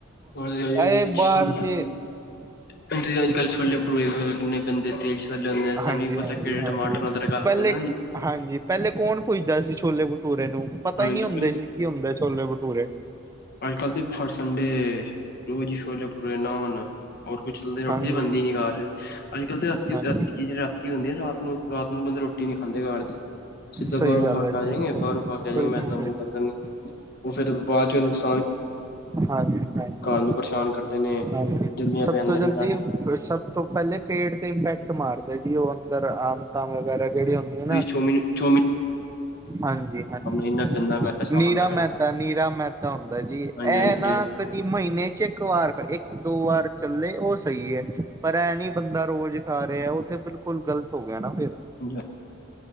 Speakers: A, on the left (about 50°); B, on the right (about 15°).
A: ਹਾਂਜੀ -ਹਾਂਜੀ
B: ਇਹ
A: ਰੀਚ
B: ਬਾਹਰ
A: ਹਾਂਜੀ
B: ਦੇ
A: ਅੰਕਲ ਛੋਲੇ ਭਟੂਰੇ ਵਗੈਰਾ ਕਿੰਨੇ ਗੰਦੇ ਤੇਲ ਵਿੱਚ ਤੱਲੇ ਹੁੰਦੇ ਹਨ
B: ਹਾਂਜੀ
A: ਸਾਨੂੰ ਪਤਾ
B: ਹਾਂਜੀ
A: ਕਿਹੜੇ
B: ਹਾਂਜੀ
A: ਟਮਾਟਰ ਨਾਲ ਤੜਕਾ ਲਾਂਦੇ
B: ਪਹਿਲੇ
A: ਨੇ ਹੈ ਨਾ ਜੀ।
B: ਹਾਂਜੀ ਪਹਿਲੇ ਕੌਣ ਪੁੱਛਦਾ ਸੀ ਛੋਲੇ ਭਟੂਰੇ ਨੂੰ। ਪਤਾ
A: ਹਾਂਜੀ
B: ਹੀ ਨਹੀਂ ਹੁੰਦਾ ਸੀ ਕੀ ਹੁੰਦੇ ਛੋਲੇ ਭਟੂਰੇ।
A: ਅੱਜ ਕੱਲ ਤਾਂ ਹਰ ਸਡੇ ਰੋਜ਼ ਸ਼ੋਲੇ, ਭਟੂਰੇ, ਨਾਂਨ। ਹੋਰ ਕੁਛ ਨ ਰੋਟੀ
B: ਹਾਂਜੀ
A: ਬਣਦੀ ਨੀ ਘਰ। ਅੱਜ ਕੱਲ ਤਾਂ ਰਾਤੀ
B: ਹਾਂਜੀ
A: ਰਾਤੀ ਜਦ ਰਾਤੀ ਹੁੰਦੀ ਆ ਨਾ ਰਾਤ ਨੂੰ -ਰਾਤ ਨੂੰ ਰੋਟੀ ਨੀ ਖਾਂਦੇ ਘਰ। ਦੀ ਸਿੱਧਾ
B: ਸਹੀ
A: ਬਾਹਰੋਂ
B: ਗੱਲ
A: ਖਾ ਕੇ
B: ਹੈ ਜੀ
A: ਆ ਜਾਏਗੇ ਬਾਹਰੋਂ ਖਾ ਕੇ ਆ ਜਾਗੇ
B: ਬਿਲਕੁਲ
A: ਮੈਦਾ
B: ਸਹੀ
A: ਮੁੱਦਾ
B: ਗੱਲ
A: ਪਤਾ
B: ਹੈ
A: ਨਹੀ ਉਹ ਫਿਰ ਬਾਅਦ ਚ ਨੁਕਸ <unintelligible>
B: ਹਾਂਜੀ -ਹਾਂਜੀ
A: ਨੂੰ ਪਰੇਸ਼ਾਨ ਕਰਦੇ ਨੇ
B: ਹਾਂਜੀ
A: ਜੰਮਿਆ
B: ਸਭ
A: ਪਿਆ ਅੰਦਰ
B: ਤੋਂ ਜਲਦੀ
A: ਇੰਨਾ
B: ਔਰ ਸਭ ਤੋਂ ਪਹਿਲੇ ਪੇਟ ਤੇ ਇੰਪੈਕਟ ਮਾਰ। ਜੌ ਅੰਦਰ ਆਂਤਾਂ ਵਗੈਰਾ ਜਿਹੜੀਆਂ ਹੁੰਦੀਆਂ ਨਾ
A: ਚੌਮਿਨ
B: ਹਾਂਜੀ -ਹਾਂਜੀ
A: ਇੰਨਾ ਗੰਦਾ ਮੈਦਾ
B: ਨੀਰਾ
A: ਹੁੰਦਾ
B: ਮੈਦਾ ਨੀਰਾ ਮੈਦਾ ਹੁੰਦਾ ਜੀ
A: ਹਾਂਜੀ-ਹਾਂਜੀ,
B: ਇਹ ਨਾ ਕਦੀ ਮਹੀਨੇ ਚ ਇੱਕ ਵਾਰ, ਇੱਕ ਦੋ ਵਾਰ ਚੱਲੇ ਉਹ ਸਹੀ ਹੈ। ਪਰ ਐ ਨੀ ਬੰਦਾ ਰੋਜ਼। ਖਾ ਰਿਹਾ ਉਹ ਤੇ ਬਿਲਕੁਲ ਗ਼ਲਤ ਹੋ ਗਿਆ ਨਾ ਫਿਰ।
A: ਹਾਂਜੀ-ਹਾਂਜੀ,